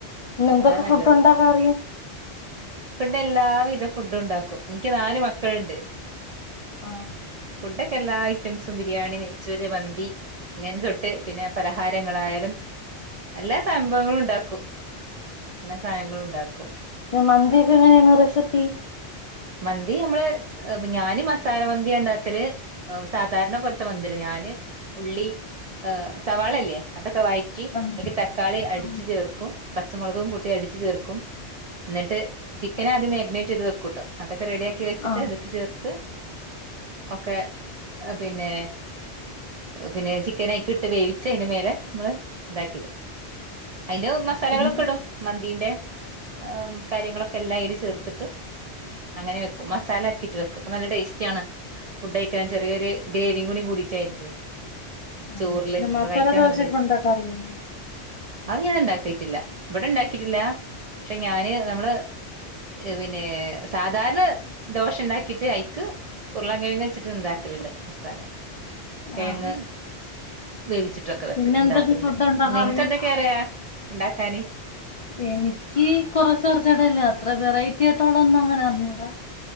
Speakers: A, on the left (about 65°); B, on the right (about 65°).
A: പിന്നെ എന്തൊക്കെ
B: ഇതാ നല്ലത്
A: ഫുഡ് ഉണ്ടാക്കാൻ അറിയാം
B: പെട്ട എല്ലാവിധ ഫുഡ്ഡുണ്ടാക്കും ഇനിക്ക് നാല് മക്കള്ണ്ട്
A: ആഹ്
B: ഫുഡ്ഡാെക്കെ എല്ലാ ഐറ്റംസും ബിരിയാണി നെയ്ചോര് മന്തി ങ്ങെൻ തൊട്ട് പിന്നെ പലഹാരങ്ങളായാലും എല്ലാ സംഭവങ്ങളുണ്ടാക്കും ല്ലാ സാനങ്ങളുണ്ടാക്കും
A: പിന്നെ മന്തിയൊക്കെ എങ്ങെനെയാണ് റെസിപ്പി
B: മന്തി ഞമ്മള് ഞാന് മസാല മന്ത്യാണ്ടാക്കല് ഓഫ് സാധാര്ണ പോൽത്തെ മന്ത്യല്ല ഞാന് ഉള്ളി ഏഹ് സവാളല്ലേ അതൊക്കെ വയ് റ്റി
A: ആ
B: അയ്ക്ക് തക്കാളി അടിച്ച്
A: ആ
B: ചേർക്കും പച്ചമാെൾകും കൂട്ടി അടിച്ച് ചേർക്കും ന്നിട്ട് ചിക്കനാദ്യം മാഗ്‌നേറ്റെയ്ത് വെക്കുട്ടോ അതൊക്കെ റെഡ്യാക്കി വെച്ചിട്ട്
A: ആ
B: ത്ക്ക് ചേർത്ത് ഒക്കെ എഹ് പിന്നേ പിന്നേ ചിക്കനയ്ക്ക്ട്ട് വേവി ച്ചയ്ന് മേലെ മ്മള് താക്കിടും അയ്ല് മസാലകളൊക്കെടും
A: പിന്നെ
B: മന്തിന്റെ ഏം കാര്യങ്ങളൊക്കെ എല്ലാം അയ്ല് ചേർത്ത്ട്ട് അങ്ങനെ വെക്കും മസാലാക്കിട്ട് വെക്കും പ്പ നല്ലെ ടേസ്റ്റാണ് ഫുഡ്ഡയ്ക്കാൻ ചെറിയൊര് ഗ്രേവിം കൂടി കൂടിട്ടായ്ര്ക്കും
A: ആ,
B: ചോറ്ല്
A: പിന്നെ മസാല
B: അപ്പ കയ്ക്കാൻ
A: ദോശയൊക്കെ
B: നല്ല ടേസ്റ്റാ
A: ഉണ്ടാക്കാൻ അറിയാമോ
B: അത് ഞാൻ ഇണ്ടാക്കീട്ടില്ലാ ഇവ്ടെ ഇണ്ടാക്കീട്ടില്ലാ പക്ഷെ ഞാന് നമ്മള് പിന്നേ സാധാര്ണെ ദോശണ്ടാക്കീട്ട് അയ് ക്ക് ഉരുളാകിഴങ്ങ വെച്ചിട്ട് ഉണ്ടാക്കലുണ്ട് മസാല കിഴങ്ങ്
A: ആ
B: വേവിച്ചിട്ടൊക്കെ വെക്ക
A: പിന്നെ
B: ഉണ്ടാക്കുന്നുണ്ട്
A: എന്തൊക്കെ ഫുഡ് ഉണ്ടാക്കാൻ
B: നിങ്ങക്ക്ന്തൊക്കെയ
A: അറിയാം
B: അറിയ ഉണ്ടാക്കാന്
A: എനിക്ക് കുറച്ച കുറച്ചടയില്ലേ അത്ര വെറൈറ്റി ആയിട്ടോവി ഒന്നും അങ്ങനെ അറിഞ്ഞൂടാ